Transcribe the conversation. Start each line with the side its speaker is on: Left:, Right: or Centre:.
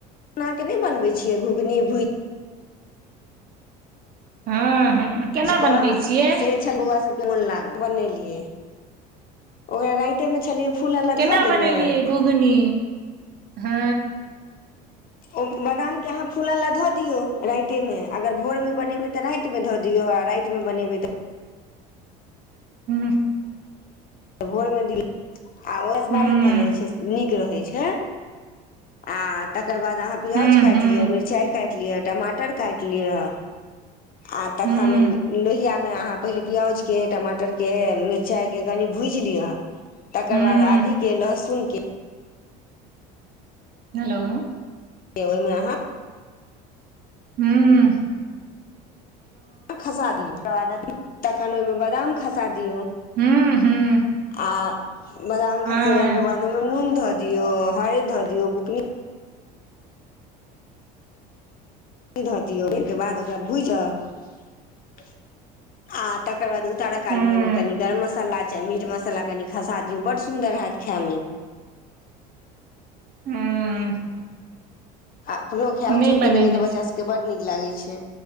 Left: एना केँ नय बनबे छियै घुघनी भु
Right: हँ हँ केना
Left: इज कऽ
Right: बनबै छियै
Left: से छेल बोआ सबके मन लागल बनेलियै ओकरा राइते मऽ छलियै फूल अला
Right: केना
Left: धऽ देने
Right: बनेलियै घुघनी हँ
Left: ओ बादाम केँ अहाँ फूलै लऽ धऽ दियौ राइते मे अगर भोर मे बनेबै तऽ राइत मऽ धऽ दियो आ राइत मे बनेबै तऽ
Right: हुँ
Left: तऽ भोर मे दी आ ओहिसँ
Right: हूँ
Left: बारन भऽ जाइ छै नीक केँ होई छै आ तकर बाद अहाँ प्याज
Right: हूँ
Left: काइट
Right: हूँ
Left: लियऽ मिचाई काइट लियऽ टमाटर काइट लियऽ ओहिमे
Right: हूँ
Left: अहाँ पहिले प्याज केँ टमाटर केँ मिरचाई केँ कनि भु भूज लिय तकर
Right: हूँ
Left: बाद आदी के लहसुन के
Right: हेलो
Left: ओईमे आहाँ
Right: हूँ
Left: खसा दियौ तकर बाद तखन ओहिमे बादाम खसा दियौ
Right: हूँ हूँ
Left: आ बादाम
Right: हँ
Left: खसेलाक के बाद ओहिमे नून धऽ दियऔ हरैद धऽ दियऔ बुकनी ध दियौ ओ के बाद ओकरा भुज क आ तकर बाद उत उतारकाल
Right: हूँ
Left: मे ओहिमे कनि गरम मसला चाहे मीट मसला कनि खसा दियऔ बड सुंदर हयत खाय मे।
Right: हूँ
Left: आ अपनो खाब बच्चो
Right: नहि बनेने
Left: के देबै तऽ
Right: छी
Left: बच्चा सब के बड नीक लागै छै